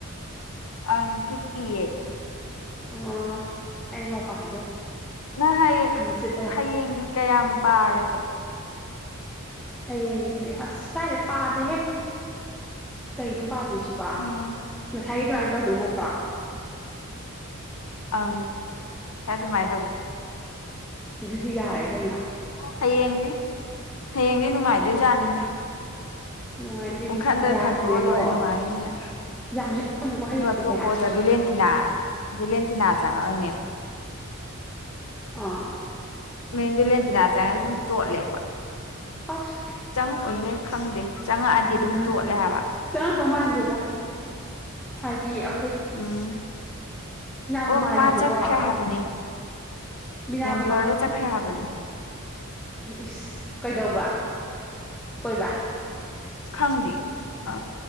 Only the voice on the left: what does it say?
ꯑ ꯍꯤꯄꯤꯑꯦ
ꯅ ꯍꯌꯦꯡ
ꯍꯌꯦꯡꯒꯤ ꯀꯌꯥꯝ ꯄꯥꯔꯒꯦ
ꯎꯝ
ꯑꯪ ꯉꯁꯥꯏ ꯑꯗꯨꯃꯥꯏꯟꯗꯨꯝ
ꯍꯌꯦꯡꯗꯤ ꯍꯌꯦꯡꯗꯤ ꯅꯨꯡꯉꯥꯏꯗꯣꯏꯖꯥꯠꯅꯤꯗ
ꯄꯨꯡꯈꯟꯗ
ꯈꯟꯇꯣꯛꯑ ꯂꯣꯏꯔꯦ ꯅꯨꯡꯉꯥꯏꯅꯤꯅ
ꯑꯗꯨꯒ
ꯑꯇꯣꯞꯄ ꯑꯣꯖꯥ ꯗꯤ ꯂꯦꯟ ꯇꯅꯥ ꯕꯤꯂꯦꯟꯇꯤꯅꯥ ꯆꯉꯛꯑ ꯃꯦꯝ
ꯃꯦꯝ ꯕꯤꯂꯦꯟ ꯇꯤꯅꯥ ꯆꯉꯗꯤ ꯑꯗꯨꯝ ꯇꯣꯠꯂꯦ ꯑꯩꯈꯣꯏ
ꯆꯪꯉꯛꯑꯣꯏꯍꯦ ꯈꯪꯗꯦ ꯆꯪꯉꯛꯑꯗꯤ
ꯑꯗꯨꯝ ꯇꯣꯠꯂꯦ ꯍꯥꯏꯕ
ꯎꯝ ꯑꯣ
ꯃꯥ ꯆꯠꯈ꯭ꯔꯦ ꯍꯥꯏꯕꯅꯦ
ꯕꯦꯡꯒ꯭ꯂꯣꯔꯗ ꯆꯠꯈ꯭ꯔꯦ ꯍꯥꯏꯕꯅꯦ
ꯈꯪꯗꯤꯌꯦ ꯑ